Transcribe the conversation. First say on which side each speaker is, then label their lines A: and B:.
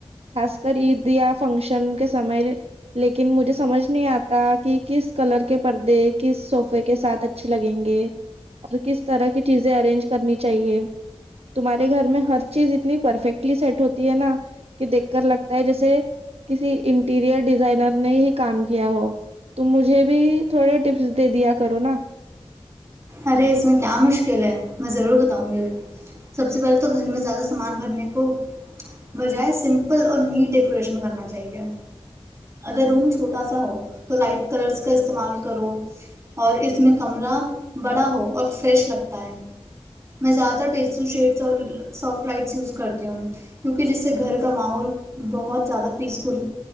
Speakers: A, on the right; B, on the right.
A: خاص کر عید یا فنکشن کے سمے لیکن مجھے سمجھ نہیں آتا کہ کس کلر کے پردے کس ے کے ساتھ اچھے لگیں گے اور کس طرح کی چیزیں ارینج کرنی چاہیے تمہارے گھر میں ہر چیز اتنی پرفیکٹلی سیٹ ہوتی ہے نا کہ دیکھ کر لگتا ہے جیسے کسی انٹیریئر ڈیزائنر نے ہی کام کیا ہو ت مجھے بھی تھوڑے ٹیپس دے دیا کرو ن
B: ارے اس میں کیا مشکل ہے میں ضرور بتاؤں گی سب سے پہلے تو گھر میں زیادہ سامان بھرنے کو بجائے سمپل اور نیٹ ڈیکوریشن کرنا چاہیے اگر روم چھوٹا سا ہو تو لائٹ کلرس کا استعمال کرو اور اس میں کمرہ بڑا ہو اور فریش لگتا ہے میں زیادہ تر پیسٹل شیڈس اور سافٹ لائٹس یوز کرتی ہوں کیونکہ جس سے گھر کا ماحول بہت زیادہ پیس فل